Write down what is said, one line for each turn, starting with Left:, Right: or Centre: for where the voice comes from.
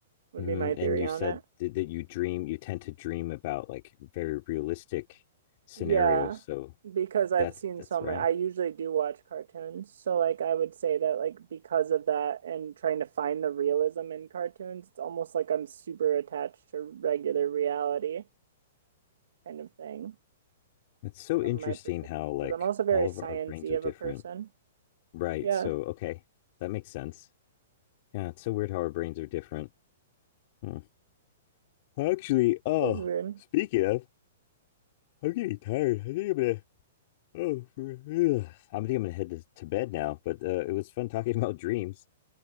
Right: would
Left: Mhm.
Right: be my theory
Left: And you
Right: on
Left: said
Right: it.
Left: th- that you dream, you tend to dream about like very realistic scenarios.
Right: Yeah,
Left: So
Right: because I've
Left: that's
Right: seen
Left: that's
Right: so
Left: right.
Right: many, I usually do watch cartoons. So, like, I would say that, like, because of that and trying to find the realism in cartoons, it's almost like I'm super attached to regular reality kind of thing
Left: It's so
Right: from
Left: interesting
Right: my perspective.
Left: how like
Right: Because I'm also very
Left: all of
Right: sciencey
Left: our brains are different.
Right: of a person.
Left: Right.
Right: Yeah.
Left: So okay, that makes sense. Yeah, it's so weird how our brains are different. Hmm. Actually, oh,
Right: It is weird.
Left: speaking of, I'm getting tired. I think I'm gonna Oh, for I'm thinking I'm gonna head to, to bed now, but uh, it was fun talking <laughs> about dreams.